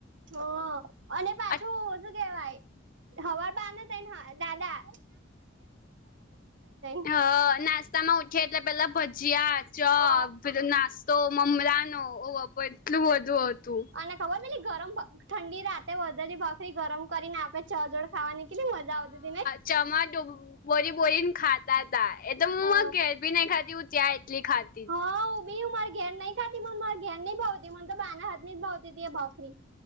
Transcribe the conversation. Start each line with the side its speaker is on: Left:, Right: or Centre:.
Right: હો. અને પાછું
Left: હ
Right: <unintelligible> કહેવાય, હવાર બાને <unintelligible> દાદા <unintelligible>
Left: હા. નાસ્તામાં ઉઠે, એટલે પહેલા ભજીયા, ચા
Right: હ
Left: પહેલો નાસ્તો મમરાનો. ઓહ બાપા! એટલું બધું હતું.
Right: તને ખબર પહેલી ગરમ, ઠંડી રાતે વધેલી ભાખરી ગરમ કરીને આપે ચા જોડે ખાવાની. કેટલી મજા આવતી તી નહીં?
Left: ચામાં <unintelligible> બોળી-બોળીન ખાતા તાં. એતો મે
Right: અ
Left: ઘેર ભી નહી ખાતી, હું ત્યાં એટલી ખાત
Right: હા. હું બી હું મારી ઘેર નહીં ખાતી, પણ મારે ઘેર નહીં ભાવતી. મન તો બાના હાથની જ ભાવતી તી એ ભાખરી.